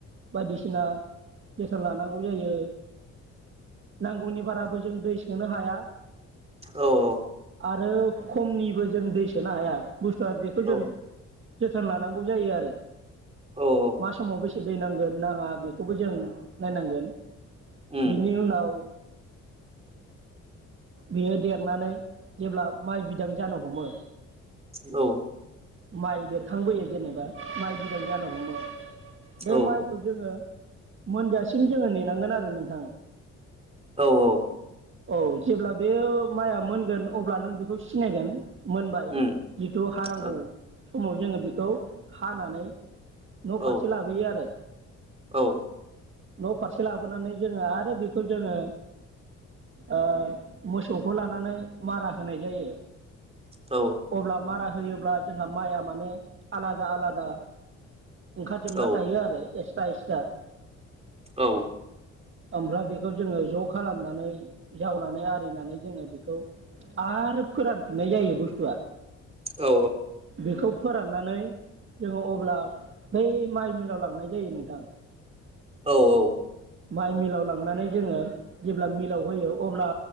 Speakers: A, on the right; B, on the right.
A: बायदिसिना टेस थोन लानां गौ जायो नांगौनि बाराबो जों दै सोनो हाया।
B: औ औ
A: आरो खमनिबो जों दै सोनो हाया। बुस्थुआ बेखौ
B: औ
A: जों जोथोन लानांगौ जायो आरो
B: औ औ
A: मा समाव बेस दै नांगोन नाङा बेखौबो जों नायनांगोन।
B: उम
A: बेनि उनाव बेयो देरनानै जेब्ला माइ बिदां जानो हमो।
B: औ
A: माइ बेरखांबोयो जेनेबा माइ बिलाइ जानो हमो। बे
B: औ
A: माइखौ जोङो मोनजासिम जोङो नेनांगोन आरो नोंथां।
B: औ औ।
A: औ जेब्ला बे माइया मोनगोन अब्ला नों बेखौ सिनायगोन। मोनबाय
B: उम
A: जिथु हानांगौ
B: औ
A: समाव जोङो बेखौ हानानै न'
B: औ
A: फारसे लाबोयो आरो।
B: औ
A: न' फारसे लाबोनानै जोङो आरो बेखौ जोङो ओ मोसौखौ लानानै मारा होनाय जायो।
B: औ
A: अब्ला मारा होयोब्ला जोंहा माइआ माने आलादा आलादा ओंखारजोबना
B: औ
A: थायो आरो एसे फाइ स्टार
B: औ
A: ओमफ्राय बेखौ जोङो ज' खालामनानै जावनानै आरिनानै जोङो बेखौ आरो फोरानफिननाय जायो बुस्थुआ।
B: औ
A: बेखौ फोरान्नानै जोङो अब्ला बै माइ मिलाव लांनाय जायो नोंथां।
B: औ औ।
A: माइ मिलाव लांनानै जोङो जेब्ला मिलाव होयो अब्ला